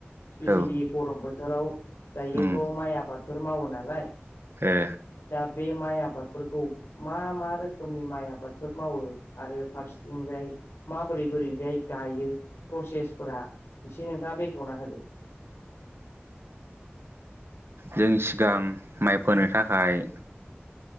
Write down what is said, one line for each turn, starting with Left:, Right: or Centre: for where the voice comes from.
Left: स्पेसियेलि
Right: औ
Left: गरम बोथोराव दायोथ'
Right: उम
Left: माइ आबादफोर मावो नालाय
Right: ए
Left: दा बे माइ आबादफोरखौ मा मा रोखोमनि माइ आबादफोर मावो आरो फारसेथिंजाय? माबोरै बोरैजाय गायो प्रसेसफोरा एसे नोंथांङा बेखेवना होदो।
Right: जों सिगां माइफोरोनो थाखाय